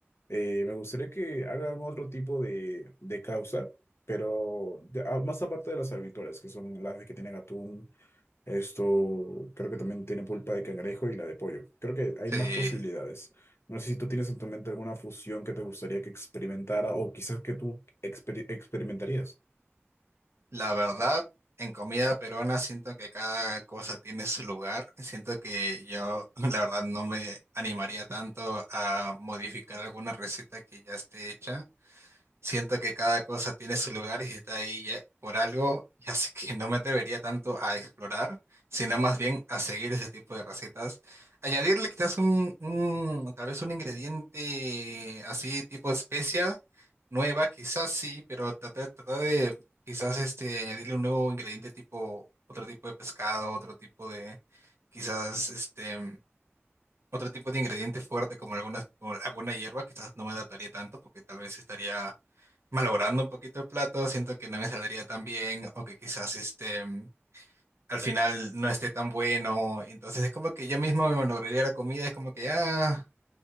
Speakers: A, on the left; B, on the right.
A: eh, me gustaría que hagan otro tipo de, de causa, pero de- ah, más aparte de las habituales, que son las que tienen atún, esto creo que también tiene pulpa de cangrejo y la de pollo. Creo que hay
B: Sí.
A: más posibilidades. No sé si tú tienes en tu mente alguna fusión que te gustaría que experimentara o quizás que tú exper- experimentarías.
B: La verdad, en comida peruana siento que cada cosa tiene su lugar. Siento que yo, <laughs> la verdad, no me animaría tanto a modificar alguna receta que ya esté hecha. Siento que cada cosa tiene su lugar y si está ahí ya- por algo, y así que no me atrevería tanto a explorar, sino más bien a seguir ese tipo de recetas. Añadirle quizás un, un tal vez un ingrediente así tipo especia nueva, quizás sí, pero tratar, tratar de quizás este añadirle un nuevo ingrediente tipo otro tipo de pescado, otro tipo de quizás este otro tipo de ingrediente fuerte como algunas como alguna hierba, quizás no me adaptaría tanto porque tal vez estaría malogrando un poquito el plato, siento que no me saldría tan bien o que quizás este mm, al final no esté tan bueno. Entonces es como que yo mismo me malograría la comida, es como que ah,